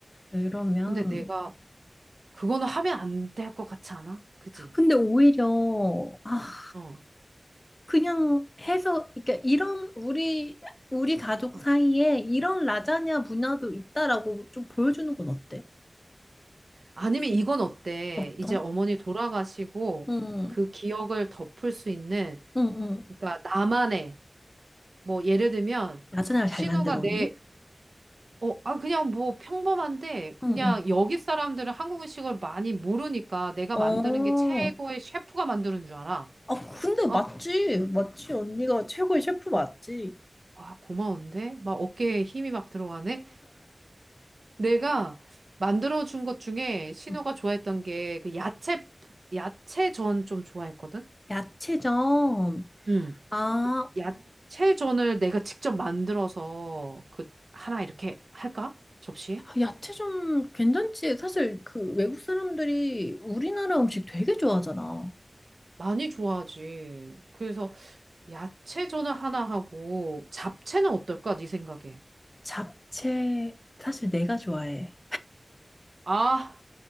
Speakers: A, on the left (about 30°); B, on the right (about 85°).
A: 그러면
B: 근데 내가 그거는 하면 안 될 것 같지 않아? 그지?
A: 근데 오히려 아
B: 어.
A: 그냥 해서 그러니까 이런 우리 우리 가족
B: 어.
A: 사이에 이런 라자냐 문화도 있다라고 좀 보여주는 건 어때?
B: 아니면 이건 어때?
A: 어떤?
B: 이제 어머니 돌아가시고
A: 응,
B: 그 기억을 덮을 수 있는
A: 응, 응.
B: 그러니까 나만의 뭐 예를 들면
A: 라자냐를
B: 신우가
A: 잘 만들어 언니?
B: 내 어, 아, 그냥 뭐 평범한데 그냥
A: 응, 응.
B: 여기 사람들은 한국 음식을 많이 모르니까 내가
A: 어,
B: 만드는 게 최고의 셰프가 만드는 줄 알아.
A: 아 근데
B: 어?
A: 맞지, 맞지 언니가 최고의 셰프 맞지?
B: 어. 아, 고마운데? 막 어깨에 힘이 막 들어가네? 내가 만들어준 것 중에 신우가
A: 응.
B: 좋아했던 게 그 야채, 야채전 좀 좋아했거든?
A: 야채전.
B: 응.
A: 아,
B: 야채전을 내가 직접 만들어서 그 하나 이렇게 할까? 접시에?
A: 야채전 괜찮지. 사실 그 외국 사람들이 우리나라 음식 되게 좋아하잖아.
B: 많이 좋아하지. 그래서 야채전을 하나 하고 잡채는 어떨까? 네 생각에.
A: 잡채 사실 내가 좋아해.
B: 아,